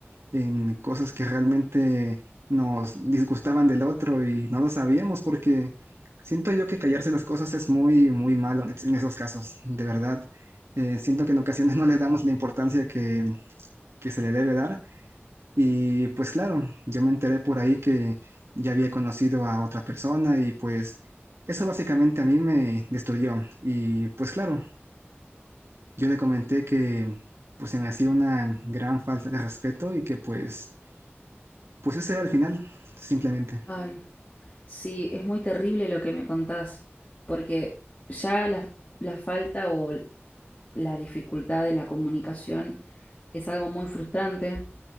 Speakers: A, on the right; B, on the left.
A: en cosas que realmente nos disgustaban del otro y no lo sabíamos porque siento yo que callarse las cosas es muy, muy malo en en esos casos, de verdad. Eh, siento que en ocasiones <laughs> no les damos la importancia que, que se le debe dar y pues claro, yo me enteré por ahí que ya había conocido a otra persona y pues eso básicamente a mí me destruyó. Y pues claro, yo le comenté que pues se me hacía una gran falta de respeto y que pues, pues ese era el final, simplemente.
B: Ay, sí, es muy terrible lo que me contás, porque ya la, la falta o la dificultad de la comunicación es algo muy frustrante,